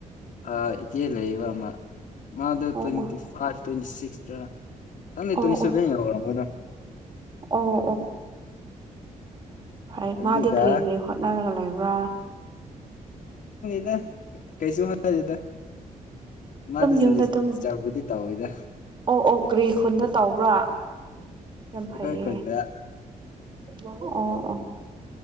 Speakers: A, on the left (about 70°); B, on the right (about 35°).
A: ꯑ ꯏ ꯂꯩꯕ ꯑꯃ ꯃꯥꯗ
B: ꯑꯣ
A: ꯇ꯭ꯋꯦꯟꯇꯤ
B: ꯑꯣ
A: ꯐ ꯇ꯭ꯦꯟꯇꯤ ꯁꯤꯛꯁ ꯀ
B: ꯑꯣ
A: ꯇꯁꯔꯒꯗ
B: ꯑꯣ ꯑꯣ ꯐꯩ
A: ꯑꯗꯨꯒ
B: ꯃꯥꯗꯤ ꯀ꯭ꯔꯤ ꯀ꯭ꯔꯤ ꯍꯣꯠꯅꯔꯒ ꯂꯩꯕ ꯋꯥ
A: ꯗ ꯀꯩꯁꯨ ꯍꯅꯦꯗ ꯃꯥꯗ
B: ꯑꯗꯨꯝ
A: ꯁꯤꯁꯤꯡꯖꯦ
B: ꯌꯨꯝꯗ
A: ꯁ꯭ꯀꯨꯜ
B: ꯑꯗꯨꯝ
A: ꯊ ꯆꯥꯒꯗꯤ ꯇꯧꯋꯤꯗ
B: ꯑꯣ ꯑꯣ ꯀꯔꯤ ꯈꯨꯟꯗ ꯇꯧꯕ꯭ꯔꯥ ꯌꯥꯝ
A: ꯑꯩꯈꯣꯏ
B: ꯐꯩꯌꯦ
A: ꯈꯨꯟꯗ
B: ꯑꯣ ꯑꯣ